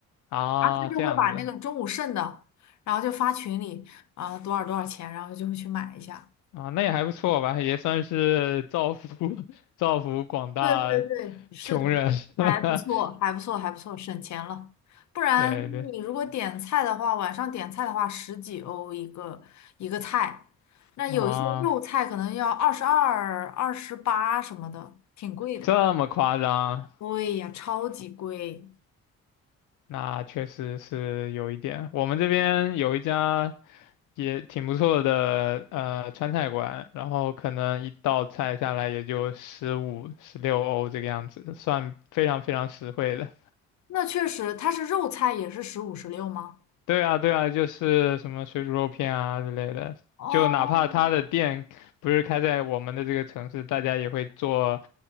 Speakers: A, on the left; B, on the left.
A: 啊，
B: 然后他就会把那个中午剩的，
A: 这样子
B: 然后就发群里啊多少多少钱，然后就会去买一下。
A: 啊，那也还不错吧，也算是造福 <laughs> 造福广大
B: 对对对，
A: <laughs>
B: 是的，
A: 穷人，<laughs>
B: 还不错，还不错，还不错，省钱了。不然你如果点菜的话，
A: 对对
B: 晚上点菜的话，十几欧一个一个菜，那有一些肉菜可能要二十二、
A: 啊，
B: 二十八什么的，挺贵的。
A: 这么夸张，
B: 对呀，超级贵。
A: 那确实是有一点。我们这边有一家也挺不错的呃川菜馆，然后可能一道菜下来也就十五、十六欧这个样子，算非常非常实惠的。
B: 那确实，它是肉菜也是十五、十六吗？
A: 对啊，对啊，就是什么水煮肉片啊之类的，
B: 哦，
A: 就哪怕他的店不是开在我们的这个城市，大家也会做